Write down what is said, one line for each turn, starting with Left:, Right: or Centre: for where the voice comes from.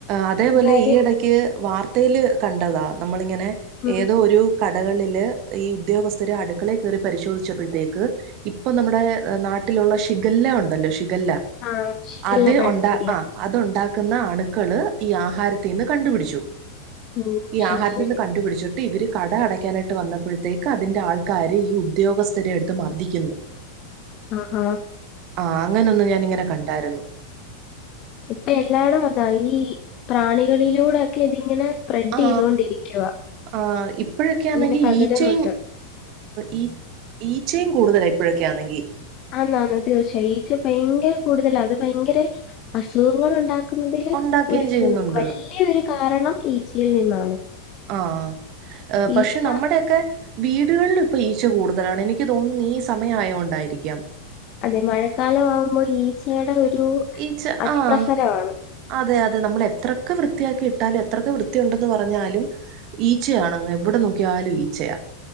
Right: അതേപോലെ
Left: കാര്യം
Right: ഈ ഇടക്ക് വാർത്തയിൽ കണ്ടതാ നമ്മളിങ്ങനെ
Left: ഉം,
Right: ഏതോ ഒരു കടകളില് ഈ ഉദ്യോഗസ്ഥര് അടുക്കളെ കയറി പരിശോധിച്ചപ്പോഴത്തേക്ക് ഇപ്പൊ നമ്മുടെ നാട്ടിലുള്ള ഷിഗല്ല ഉണ്ടല്ലോ ഷിഗല്ല
Left: ആ ശിഗല്ല
Right: അത്
Left: ബാക്ടീരിയ
Right: ഒണ്ട ആ അതുണ്ടാക്കുന്ന അണുക്കള് ഈ ആഹാരത്തിൽ നിന്ന് കണ്ടുപിടിച്ചു
Left: ഓ
Right: ഈ
Left: ശരി
Right: ആഹാരത്തിന്ന്
Left: ശരി
Right: കണ്ടുപിടിച്ചു ഇവര് കട അടയ്ക്കാനായിട്ട് വന്നപ്പോഴത്തേക്ക് അതിന്റെ ആൾക്കാര് ഈ ഉദ്യോഗസ്ഥരെ എടുത്ത് മർദ്ദിക്കുന്നു
Left: ആ ഹ
Right: ആഹ് അങ്ങനൊന്ന് ഞാനിങ്ങനെ കണ്ടായിരുന്നു
Left: ഇപ്പ എല്ലാടും അത ഈ പ്രാണികളിലൂടെ ക്കെ ഇതിങ്ങനെ സ്പ്രെഡ്
Right: ആ
Left: ചെയ്തോണ്ടിരിക്കുക
Right: ആ ഇപ്പോഴൊക്കെ ആണെങ്കി
Left: ഇങ്ങനെ പകരുന്നുണ്ട്
Right: ഈച്ചയും ഈ ഈച്ചയും കൂടുതല ഇപ്പോഴൊക്കൊണെങ്കിൽ
Left: ആന്ന് ആന്ന് തീർച്ചയായും ഈച്ച ഭയങ്കര കൂടുതൽ അത് ഭയങ്കര അസുഖങ്ങൾ ഉണ്ടാ കുന്നേ
Right: ഉണ്ടാക്കുകയും
Left: ഒരു
Right: ചെയ്യുന്നുണ്ട്
Left: വല്യയ ഒരു കാരണം ഈച്ചയിൽ നിന്നാണ്
Right: ആഹ് പക്ഷെ
Left: ഈച്ച
Right: നമ്മുടെ ഒക്കെ വീടുകളിൽ ഇപ്പൊ ഈച്ച കൂടുതലാണ് എനിക്ക് തോന്നുന്നത് ഈ സമയമാ യോണ്ടായിരിക്കാം
Left: അതെ മഴക്കാലമാവുമ്പോൾ ഈച്ചയുടെ ഒരു
Right: ഈച്ച
Left: അതിപ്രസരമാണ്
Right: ആഹ് അതെ അതെ നമ്മൾ എത്രൊക്കെ വൃത്തിയാക്കി ഇട്ടാലും എത്രൊക്കെ വൃത്തി ഉണ്ടെന്ന് പറഞ്ഞാലും ഈച്ചയാണങ്ങ് എവിടെ നോക്കിയാലും ഈച്ചയാ